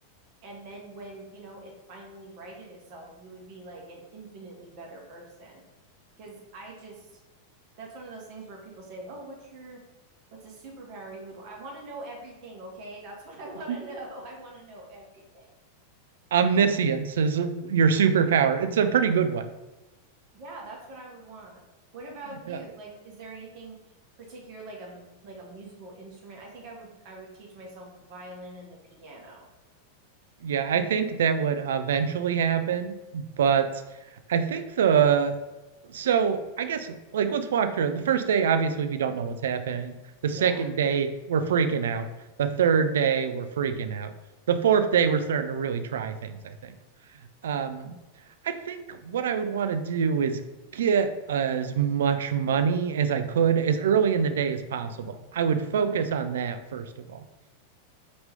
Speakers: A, on the right; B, on the right.
A: and then when, you know, it finally righted itself, you would be like an infinitely better person. Because I just that's one of those things where people say, "Oh, what's your what's a superpower you would I want to know everything, okay? That's <laughs> what I
B: <laughs>
A: want to know. <laughs> I want to know everything."
B: Omniscience is your superpower. It's a pretty good one.
A: Yeah, that's what I would want. What about you?
B: Yeah,
A: Like, is there anything particular, like a like a musical instrument? I think I would I would teach myself the violin and the piano.
B: yeah, I think that would eventually happen, but I think the so I guess like let's walk through it. The first day, obviously, we don't know what's happening. The second
A: Yeah.
B: day, we're freaking out. The third day, we're freaking out. The fourth day, we're starting to really try things. I think. Um, I think what I would want to do is get as much money as I could as early in the day as possible. I would focus on that first of all.